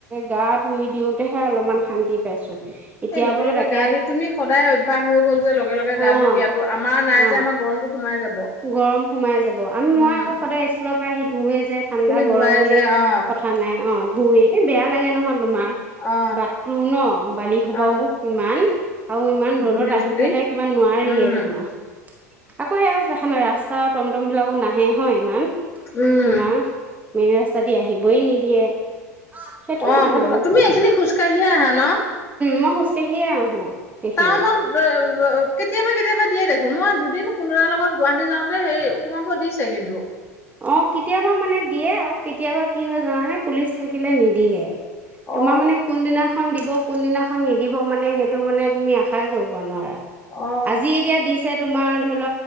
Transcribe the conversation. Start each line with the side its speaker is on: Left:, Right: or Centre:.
Right: গা ধুই দিওঁতেহে অলপমান শান্তি পাইছোঁ। এতিয়া
Left: সেই লগে
Right: বোলো
Left: লগে
Right: তাকে
Left: গা ধুই তুমি সদায় অভ্যাস হৈ গ'ল যে লগে লগে
Right: অ',
Left: গা ধুই দিয়াতো আমাৰ নাই
Right: অ',
Left: যে, আমাৰ গৰমটো সোমাই যাব।
Right: গৰম সোমাই যাব, আমি
Left: উম
Right: মই আকৌ সদায় স্কুলৰ পা আহি ধুওৱে <inaudible> যে ঠাণ্ডা
Left: তুমি
Right: গৰম
Left: ধুৱাই
Right: বুলি
Left: যে অ
Right: কথা নাই, অ'। ধুওৱে, এই বেয়া লাগে নহয়। তোমাৰ
Left: অ
Right: বাটটো ন বালি সোপাও
Left: অ
Right: ইমান, আৰু ইমান ৰ'দত
Left: ধূলি
Right: আহি
Left: চুলি
Right: পেলাই কিবা নোৱাৰিয়ে
Left: উম
Right: তোমাৰ। আকৌ <unintelligible> <unintelligible> ৰাস্তা আও ট'মট'মবিলাকো নাহে হয় ইমান?
Left: উম
Right: তোমাৰ মেইন ৰাস্তা দি আহিবই নিদিয়ে, সেইটো
Left: অ
Right: কাৰণে আৰু।
Left: ক-
Right: উম,
Left: তুমি এইখিনি খোজকাঢ়িয়ে আহা ন
Right: মই খোজকঢ়িয়ে আহোঁ। সেইখিনি
Left: টাওনত <inaudible> কেতিয়াবা কেতিয়াবা <unintelligible> <unintelligible> দুদিন সোণ দাদাৰ লগত গুৱাহাটী যাওঁতে হেই, সোমাব দিছে কিন্তু।
Right: অ কেতিয়াবা মানে দিয়ে আৰু কেতিয়াবা কি হয় জানানে পুলিচ থাকিলে নিদিয়ে।
Left: অ
Right: তোমাৰ মানে কোনদিনাখন দিব। কোনদিনাখন নিদিব মানে সেইটো মানে তুমি আশাই কৰিব নোৱাৰা।
Left: অ
Right: আজি এতিয়া দিছ এই তোমাৰ ধৰি ল,